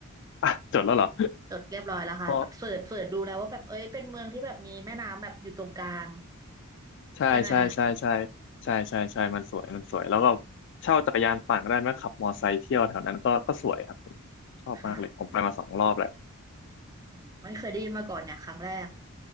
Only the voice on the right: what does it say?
จดเรียบร้อยแล้วค่ะแบบเสิร์ชเสิร์ชดูแล้วว่าแบบเอ้ยเป็นเมืองที่แบบมีแม่น้ำแบบอยู่ตรงกลาง
ใช่ไหมคะ
ค่ะอืมไม่เคยได้ยินมาก่อนเนี่ยครั้งแรก